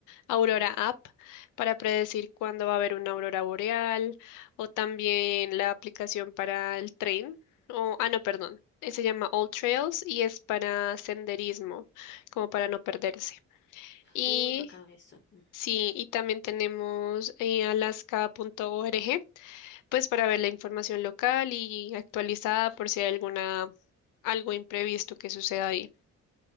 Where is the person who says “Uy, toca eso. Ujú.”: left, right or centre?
Left